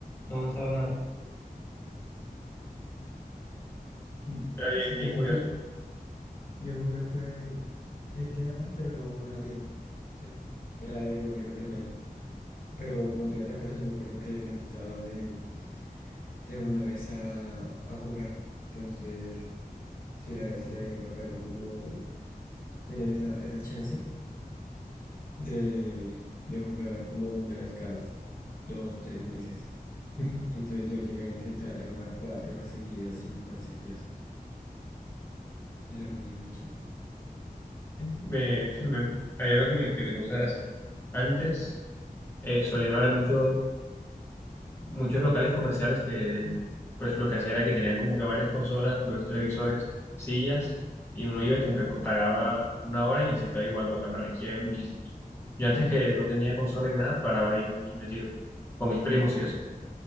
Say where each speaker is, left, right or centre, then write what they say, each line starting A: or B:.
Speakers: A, on the left; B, on the left.
A: no avanzaba nada.
B: Mm,
A: Era bien,
B: Sí
A: bien
B: siento
A: curioso.
B: que yo jugué fue GTA, pero no, no era mío. E- Era de un amigo de mi hermano. Pero cuando iba a la casa yo me acuerdo que me sentaba de, de una vez a, a jugar. Entonces... Será, será bien bacano como tener esa, esa chance de, de jugar como una vez cada dos, tres meses.
A: <laughs> Ujú.
B: Entonces yo llegué y me sentaba ya a jugar cuatro horas seguidas, cinco horas seguidas. Era muy, muy chimba.
A: Me, me- hay algo que me, que me causa gracia. Antes eh, solían haber muchos, muchos locales comerciales que pues lo que hacían era que tenían como que varias consolas, varios televisores, sillas, y uno iba y como que pagaba una hora y se quedaba jugando. Acá me requiere muchísimo. Yo antes que no tenía consola ni nada, paraba ahí y metido con mis primos y eso.